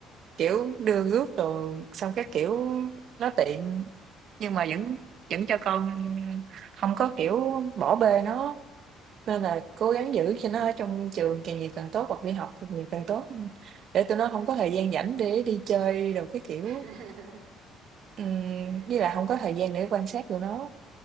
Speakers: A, on the right; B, on the right.
A: kiểu, đưa rước rồi xong các kiểu nó tiện, nhưng mà vẫn vẫn cho con không có, kiểu, bỏ bê nó. Nên là cố gắng giữ cho nó ở trong trường càng nhiều càng tốt, hoặc đi học càng nhiều càng tốt, ừm, để tụi nó hông
B: À.
A: có thời gian rảnh để đi chơi đồ cái kiểu.
B: <laughs>
A: Ừm,
B: À.
A: với lại hông có thời gian để quan sát tụi nó.